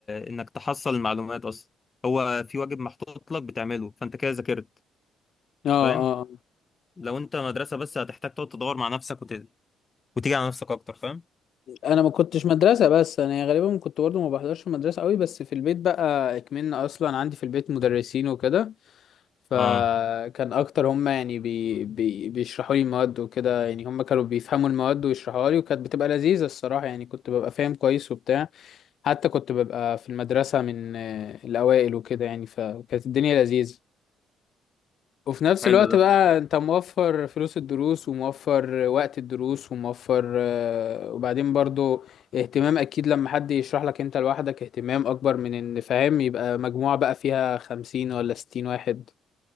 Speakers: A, on the left; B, on the left.
A: انك تحصل المعلومات اصلا هو في واجب محطوط لك بتعمله فانت كده ذاكرت
B: اه آه.
A: فاهم لو انت مدرسة بس هتحتاج تقعد تدور مع نفسك وت... وتيجي على نفسك اكتر فاهم
B: انا ما كنتش مدرسه بس انا غالبا كنت برضو ما بحضرش في المدرسه قوي بس في البيت بقى اكملنا اصلا عندي في البيت مدرسين وكده فكان
A: اه
B: اكتر هم يعني بي بي بيشرحوا لي المواد وكده يعني هم كانوا بيفهموا المواد ويشرحوها لي وكانت بتبقى لذيذه الصراحه يعني كنت ببقى فاهم كويس وبتاع حتى كنت ببقى في المدرسه من آه، الاوائل وكده يعني فكانت الدنيا لذيذه وفي نفس
A: حلو
B: الوقت
A: ده
B: بقى انت موفر فلوس الدروس وموفر وقت الدروس وموفر آه، وبعدين برضو اهتمام اكيد لما حد يشرح لك انت لوحدك اهتمام اكبر من ان فاهم يبقى مجموعة بقى فيها خمسين ولا ستين واحد